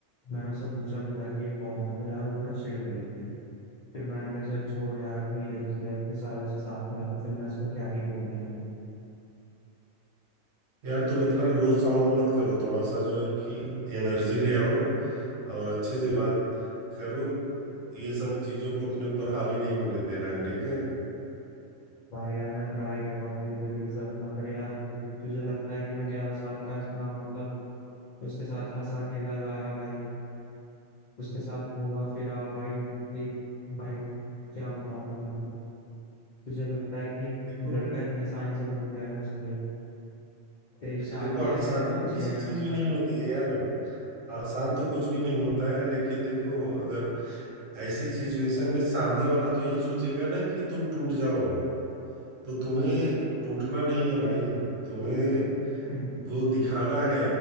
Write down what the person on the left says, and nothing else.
मैंने उससे पूछा भी था कि ये कौन है तो यार वो ना चिढ़ गई थी फिर मैंने कहा चल छोड़ यार अपनी लड़की है इतने सालों से साथ में है तो फिर मैं इसको क्या ही बोलना है अभी
भाई यार मैं ट्राई कर रहा हूँ पूरी तरीके से अपना पर यार तु- तुझे लगता है कि मैं ग्यारह साल का इतना मतलब उसके साथ हंसा खेला गाया भाई उसके साथ घूमा फिरा भाई देख भाई क्या बताऊं मैं तुझे तुझे लगता है कि
लड़का इतनी आसानी से भूल जाएगा चीजें तेरी शादी
है तेरे बच्चे
हैं
हम्म,